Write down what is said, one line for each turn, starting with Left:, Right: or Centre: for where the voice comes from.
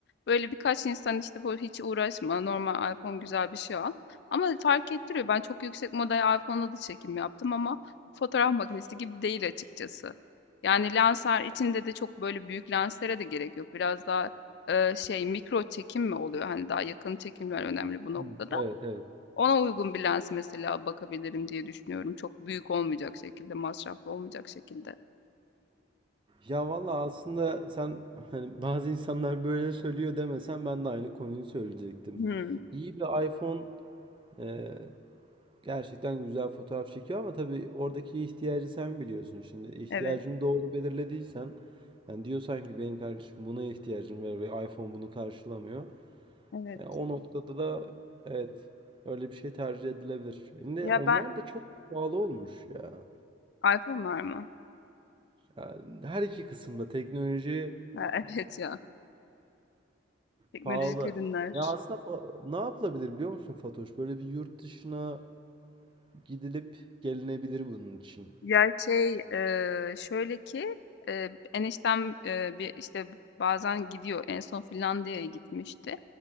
Left: Böyle birkaç insan işte bu hiç uğraşma normal iPhone güzel bir şey al. Ama fark ettiriyor. Ben çok yüksek model iPhone'la da çekim yaptım ama fotoğraf makinesi gibi değil açıkçası. Yani lensler içinde de çok böyle büyük lenslere de gerek yok. Biraz daha e, şey mikro çekim mi oluyor? Hani daha yakın çekimler önemli bu noktada.
Right: Hı, Evet, evet.
Left: Ona uygun bir lens mesela bakabilirim diye düşünüyorum. Çok büyük olmayacak şekilde, masraflı olmayacak şekilde.
Right: Ya valla aslında sen hani bazı insanlar böyle söylüyor demesen ben de aynı konuyu söyleyecektim.
Left: Hmm,
Right: İyi bir iPhone e, gerçekten güzel fotoğraf çekiyor ama tabii oradaki ihtiyacı sen biliyorsun. Şimdi ihtiyacını
Left: evet,
Right: doğru belirlediysen yani diyorsan ki benim kardeşim buna ihtiyacım var ve iPhone bunu karşılamıyor.
Left: evet.
Right: E, o noktada da evet öyle bir şey tercih edilebilir. Şimdi
Left: Ya
Right: onlar
Left: ben
Right: da çok pahalı olmuş ya.
Left: iPhone'lar mı?
Right: Yani her iki kısımda teknoloji
Left: Ha, <laughs> Evet ya, teknolojik
Right: Pahalı.
Left: ürünler.
Right: Ya aslında fa- ne yapılabilir biliyor musun Fatoş? Böyle bir yurt dışına gidilip gelinebilir bunun için.
Left: Ya şey, eee, şöyle ki eee, eniştem eee, bir işte bazen gidiyor. En son Finlandiya'ya gitmişti.